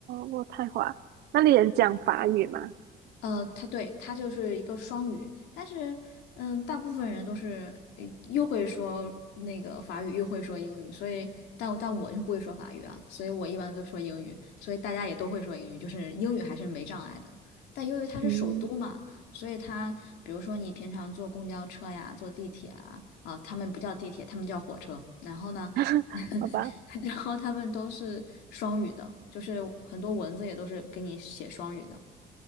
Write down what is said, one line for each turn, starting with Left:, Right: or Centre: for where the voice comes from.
Right: 渥太华，那里人讲法语吗？
Left: 呃，他对他就是一个双语，但是嗯，大部分人都是呃又会说那个法语，又会说英语，所以但但我就不会说法语啊，所以我一般都说英语，所以大家也都会说英语，就是英语还是没障碍的。但由于它是首都嘛，
Right: 嗯，
Left: 所以它比如说你平常坐公交车呀，坐地铁啊，啊，他们不叫地铁，他们叫火车。然后呢，
Right: <laughs>
Left: <laughs>
Right: 好吧，
Left: 然后他们都是双语的，就是很多文字也都是给你写双语的。